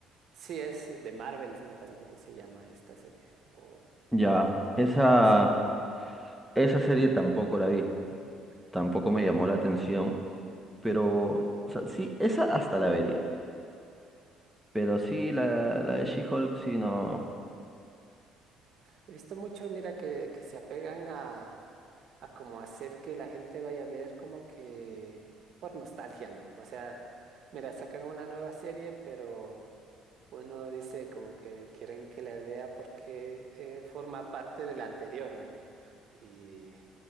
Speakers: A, on the right; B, in the centre.
A: Sí, es de Marvels, me parece que se llama esta serie o
B: Ya, esa,
A: algo así.
B: esa serie tampoco la vi, tampoco me llamó la atención, pero, o sea, sí, esa hasta la vería, pero sí, la, la de She-Hulk, sí, no,
A: He visto mucho, mira, que, que se apegan a, a como hacer que la gente vaya a ver como que por nostalgia, ¿no? O sea, mira, sacan una nueva serie, pero uno dice como que quieren que la vea porque eh, forma parte de la anterior, ¿no? Y